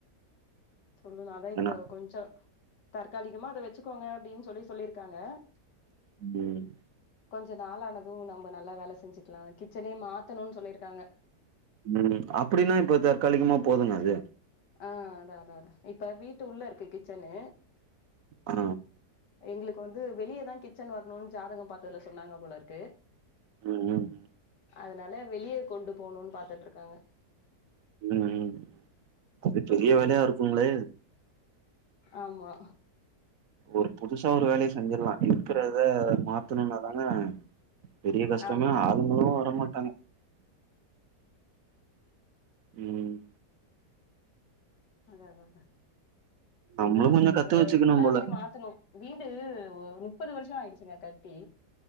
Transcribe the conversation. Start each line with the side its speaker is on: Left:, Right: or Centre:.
Left: சொல்லுணு அதா இப்ப
Right: ஏன்னா
Left: கொஞ்ச தற்காலிகமா அத வெச்சுக்கோங்க அப்டின் சொல்லி சொல்லிருக்காங்க
Right: ம்
Left: கொஞ்ச நாளானது நம்ப நல்லா வேல செஞ்சுக்லா கிச்சனே மாத்தணுன் சொல்லிருக்காங்க
Right: ம் அப்படீனா இப்ப தற்காலிகமா போதுமே அது
Left: ஆ அதா அதா அதா இப்ப வீட்டு உள்ள இருக்கு கிச்சனு
Right: ஆ
Left: எங்ளுக் வந்து வெளியேதா கிச்சன் வர்ணுன் ஜாதகம் பாத்தர்ல சொன்னாங்க போலருக்கு
Right: ம் ம்
Left: அதனால வெளியே கொண்டு போணோன் பாத்துட்ருக்காங்க
Right: ம் அது பெரிய வேலையா இருக்குங்ளே
Left: ஆமா
Right: ஒரு புதுசா ஒரு வேலைய செஞ்சிற்லா இருக்கிறத மாத்தணுன்னா தான பெரிய கஷ்டமே
Left: ஆமா
Right: ஆளுங்களு வரமாட்டாங்க ம்
Left: அத அத அத
Right: நம்மளு
Left: ரொம்போ கஷ்டோ
Right: கொஞ்சோ கத்து
Left: நாங்க
Right: வச்சுக்கணு
Left: ஃபுல்லாவே
Right: போல
Left: மாத்துனோ வீடு ஒ முப்பது வர்ஷோ ஆயிடுச்சுங்க கட்டி